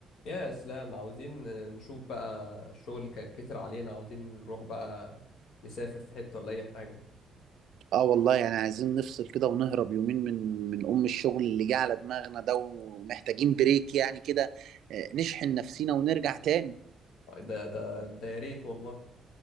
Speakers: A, on the left; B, on the right.
A: يا اسلام عاوزين نشوف بقى الشغل اللي كان كتر علينا عاوزين نروح بقى نسافر في حتة ولا اي حاجة
B: اه والله يعني عايزين نفصل كده ونهرب يومين من من ام الشغل اللي جه على دماغنا ده ومحتاجين بريك يعني كده آه، نشحن نفسينا ونرجع تاني
A: ده ده ده يا ريت والله